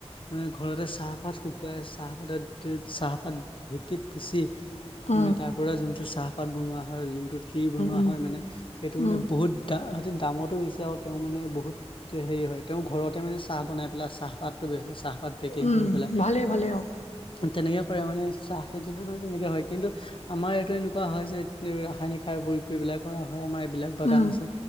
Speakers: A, on the left; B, on the left.
A: ম ঘৰতে চাহপাত শুকুৱাই চাহপাতত চাহপাত ঢেঁকীত পিচি।
B: অ,
A: উম, তাৰ পৰা যোনটো চাহপাত বনোৱা হয় যোনটো ঘি বনোৱা
B: উম,
A: হয় মানে সেইটো মানে
B: উম,
A: বহুত দামতো বেছি আৰু তেওঁ মানে বহুত হেৰি হয় তেওঁ ঘৰতে মানে চাহ বনাই পেলাই চাহপাত। বে হৈছে চাহপাত পেকিং
B: উম,
A: কৰি পেলাই।
B: ভালেই ভালেই অ',
A: তেনেকে কৰে মানে ইচ্ছাহ খেতিো মানে তেনেকে হয় কিন্তু। আমাৰ এইটো এনেকুৱা হয় যে ৰাসায়নিক সাৰ প্ৰয়োগ কৰিব বিলাক কৰা হয় আমাৰ। বিলাক বাগান
B: উম,
A: আছে